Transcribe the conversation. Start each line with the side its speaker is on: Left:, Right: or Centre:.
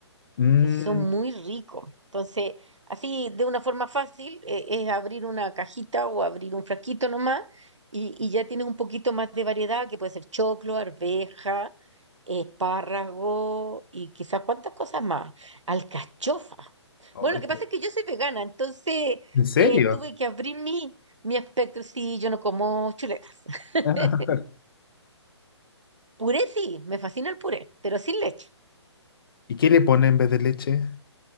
Left: Mm.
Right: que son muy ricos. Entonces, así de una forma fácil, eh, es abrir una cajita o abrir un frasquito nomás y, y ya tienes un poquito más de variedad, que puede ser choclo, arveja, espárrago y quizás cuántas cosas más. Alcachofa.
Left: Ay,
Right: Bueno, lo que pasa
Left: qué-
Right: es que yo soy vegana, entonces
Left: ¿En serio?
Right: eh, tuve que abrir mi, mi espectro. Sí, yo no como chuleta. <laughs>
Left: Ah.
Right: Puré sí, me fascina el puré, pero sin leche.
Left: ¿Y qué le pone en vez de leche